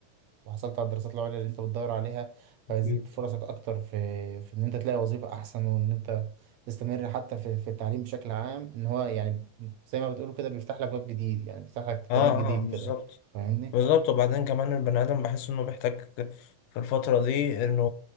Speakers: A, on the right; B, on the left.
A: وحصلت على الدراسات العليا اللي انت بتدور عليها فيزيد
B: أكيد
A: فرصك اكتر في في ان انت تلاقي وظيفة احسن وان انت تستمر حتى في في التعليم بشكل عام ان هو يعني زي ما بتقولوا كده بيفتح لك باب جديد يعني بيفتح لك طريق
B: اه
A: جديد
B: اه بالظبط
A: كده فاهمني؟
B: بالظبط وبعدين كمان البني آدم بحس إنه بيحتاج في الفترة دي إنه